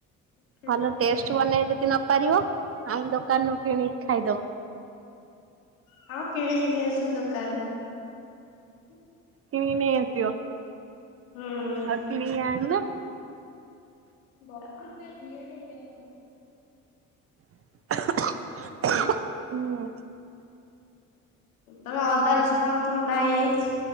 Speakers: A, on the left; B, on the right.
A: କିଣିକିରି
B: ଭଲ ଟେଷ୍ଟ ବନେଇ ଯଦି ନ ପାରିବ, ଆମ ଦୋକାନରୁୁ କିଣିକି ଖାଇଦବ।
A: ହଁ କିଣିକି ନେଇ ଆସିବ ଦୋକାନ ରୁ
B: କିଣିକି ନେଇ ଆସିବ
A: ହୁଁ।
B: ଆଉ କିଣିକି ଆଣୁନ।
A: <unintelligible> ବ ିଅ ଟ ହେଇଗ <unintelligible>
B: ହୁଁ।
A: ତମେ ଅଦା ରସ ଖାଉନ ଥଣ୍ଡା ହେଇଯାଇଛି।